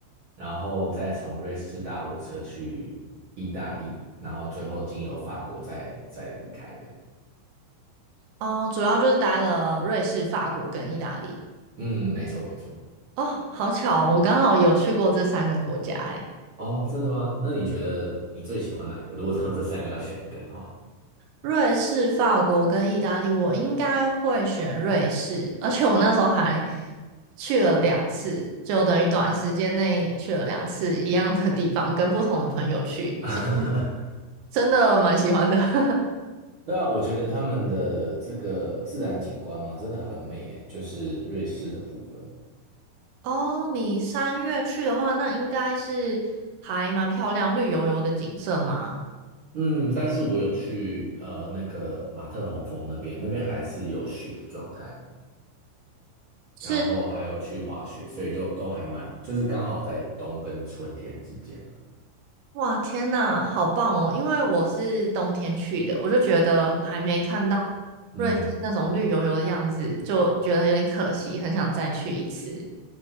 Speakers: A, on the right (about 65°); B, on the right (about 80°).
A: 然后再从瑞士搭火车去意大利，然后最后经由法国再再离开这样。
B: 哦，主要就是待了瑞士、法国跟意大利。
A: 嗯，没错没错。
B: 哦，好巧哦我刚好有去过这三个国家。诶，
A: 哦，真的吗？那你觉得你最喜欢哪一个？如果说这三个要选一个的话。
B: 瑞士、法国跟意大利，我应该会选瑞士，而且我那时候还去了两次，就等于短时间内去了两次一样的地方，跟不同的朋友去，
A: <laughs>
B: 所以真的蛮喜欢的。<laughs>
A: 对啊，我觉得他们的这个自然景观嘛，真的很美诶，就是瑞士的部分。
B: 哦，你三月去的话，那应该是还蛮漂亮、绿油油的景色嘛。
A: 嗯，但是我有去呃那个马特洪峰那边，那边还是有雪的状态，然后还有去滑雪，
B: 是，
A: 所以就都还蛮，就是刚好在冬跟春天之间。
B: 哇，天呐，好棒哦！因为我是冬天去的，我就觉得还没看到
A: 嗯，
B: 瑞士那种绿油油的样子，就觉得有点可惜，很想再去一次。